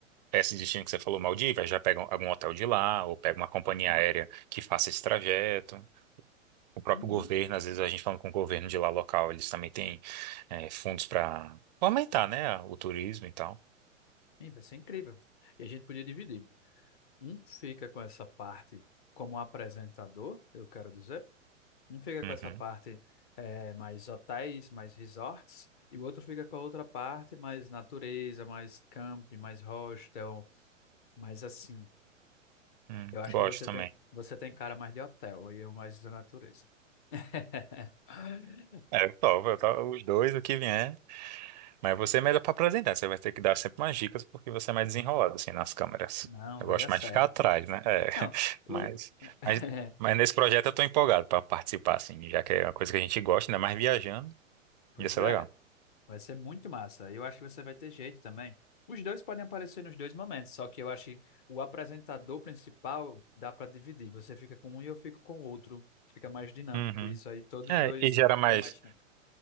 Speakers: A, on the right; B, on the left.
A: esse destino que você falou, Maldivas, já pega algum hotel de lá, ou pega uma companhia aérea que faça esse trajeto. o próprio
B: Uhum.
A: governo, às vezes a gente falando com o governo de lá local, eles também têm é, fundos para aumentar, né, o turismo e tal.
B: Ih, vai ser incrível. E a gente podia dividir. Um fica com essa parte como apresentador, eu quero dizer. Um fica com
A: Uhum.
B: essa parte eh, mais hotéis, mais resorts. E o outro fica com a outra parte mais natureza, mais camping, mais hostel, mais assim.
A: Hum,
B: Eu acho
A: gosto
B: que você
A: também.
B: tem, você tem cara mais de hotel e eu mais da natureza. <laughs>
A: É, eu topo, eu topo os dois, o que vier. Mas você é melhor para apresentar, você vai ter que dar sempre umas dicas, porque você é mais desenrolado, assim, nas câmeras.
B: Não,
A: Eu
B: vai
A: gosto
B: dar certo.
A: mais de ficar atrás, né? É, <laughs>
B: Não, o-
A: mas,
B: <laughs>
A: mas, mas nesse projeto eu tô empolgado para participar, assim, já que é uma coisa que a gente gosta, ainda mais viajando,
B: pois
A: ia ser
B: é.
A: legal.
B: Vai ser muito massa. Eu acho que você vai ter jeito também. Os dois podem aparecer nos dois momentos, só que eu acho que o apresentador principal dá para dividir. Você fica com um e eu fico com o outro. Fica mais dinâmico
A: Uhum.
B: isso aí. Todos
A: É,
B: os dois
A: e gera mais.
B: têm mais. tempo.